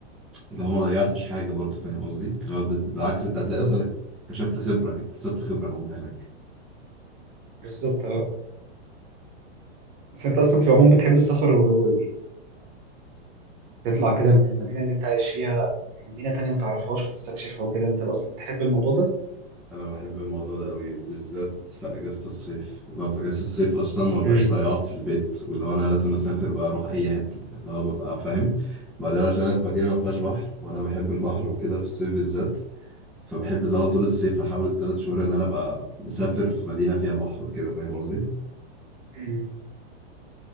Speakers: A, in the centre; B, on the right (about 30°).
A: اللي هو ما ضيعتش حاجة برضه فاهم قصدي؟ لو بز- بالعكس انت
B: بالظبط
A: هتلاقي اصلا اكتشفت خبرة اكتسبت خبرة وانت هناك
B: بالظبط أه بس أنت أصلا في العموم بتحب السفر وال وال- يعني تطلع كده من المدينة اللي أنت عايش فيها يعني مدينة تانية ما تعرفهاش وتستكشفها وكده أنت أصلا بتحب الموضوع ده؟
A: انا بحب الموضوع ده قوي وبالذات في اجازه الصيف لو في اجازه الصيف اصلا ما ببقاش
B: امم
A: طايق اقعد في البيت واللي هو انا لازم اسافر بقى اروح اي حته اللي هو ببقى فاهم بعدين عشان انا في مدينه ما فيهاش بحر وانا بحب البحر وكده في الصيف بالذات فبحب اللي هو طول الصيف احاول الثلاث شهور اللي انا ابقى مسافر في مدينه فيها بحر وكده فاهم قصدي
B: امم